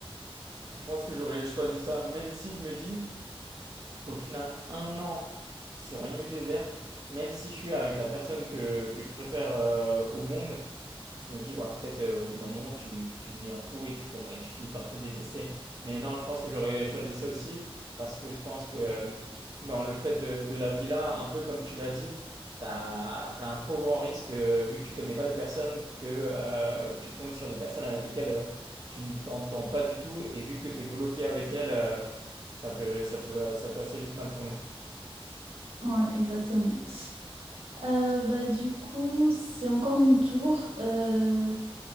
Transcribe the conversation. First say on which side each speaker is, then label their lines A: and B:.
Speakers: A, on the right; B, on the right.
A: Je pense que j'aurais choisi ça, même si je me dis qu'au final, un an sur une île déserte, même si je suis avec la personne que, que je préfère euh, au monde, Je me dis, ouais, peut-être euh, au bout d'un moment, tu, tu deviens fou et tu, comm- et tu finis par te détester. Mais non, je pense que j'aurais choisi ça aussi parce que je pense que euh, dans le fait de, de la villa, un peu comme tu l'as dit, tu as, un trop grand risque, euh, vu que tu connais pas les personnes, que euh, tu tombes sur des personnes avec lesquelles euh, tu ne t'entends pas du tout et vu que tu es bloqué avec elles, euh, ça peut, ça peut, ça peut assez vite mal tourner.
B: Ouais, exactement. Euh, bah du coup, c'est encore mon tour. Euh,